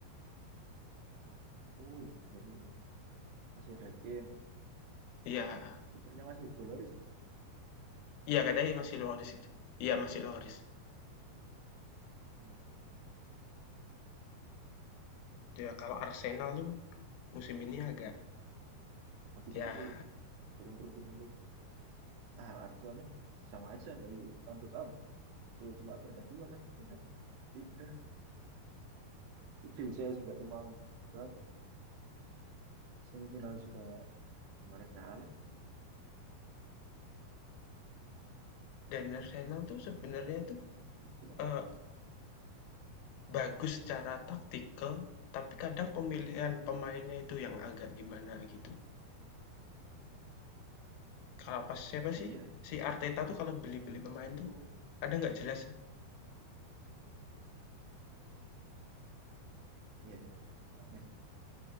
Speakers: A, on the right (about 80°); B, on the left (about 85°).
A: Oh iya jadi masih ada Kane.
B: Iya.
A: Kipernya masih Hugo Lloris ya.
B: Iya, katanya masih Loris itu. Iya, masih Loris.
A: Iya
B: Ya, kalau Arsenal tuh musim ini
A: iya kan.
B: agak
A: Habis
B: ya
A: itu turun turun turun turun. Ah Arsenalnya sama aja dari tahun ke tahun. Betul, cuma peringkat dua lah, peringkat tiga. Itu UCL juga cuma berapa, semifinal juga kemarin kalah.
B: dan Arsenal tuh sebenarnya tuh,
A: Itulah.
B: eee, bagus secara taktikal, tapi kadang pemilihan pemainnya itu yang agak gimana gitu. Kalau pas siapa
A: Iya,
B: sih, si Arteta tuh kalau beli-beli pemain
A: kadang
B: tuh
A: tuh,
B: kadang nggak jelas.
A: iya, ya, aneh.